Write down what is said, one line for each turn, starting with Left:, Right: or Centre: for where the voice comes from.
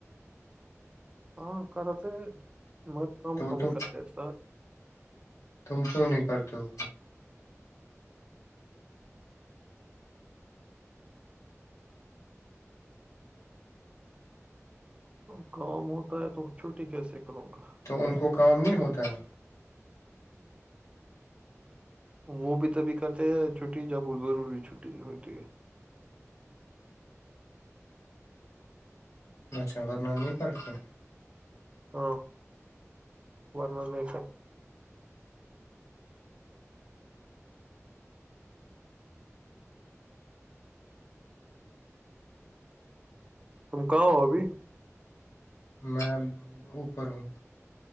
Right: ہاں کرتے مگر کام
Left: تو
Right: کم
Left: تم
Right: کرتے اس
Left: تم کیوں نہیں کرتے ہو
Right: ا کام ہوتا ہے تو چھٹی کیسے کروں گا
Left: تو ان کو کام نہیں ہوتا ہے
Right: وہ بھی تبھی کرتے ہیں چھٹی جب وہ ضروری چھٹی ہوتی ہے
Left: اچھا ورننا نہیں کرتے ہے
Right: ہاں وارمار میں س تم کہاں ہو ابھی
Left: میں اوپر ہوں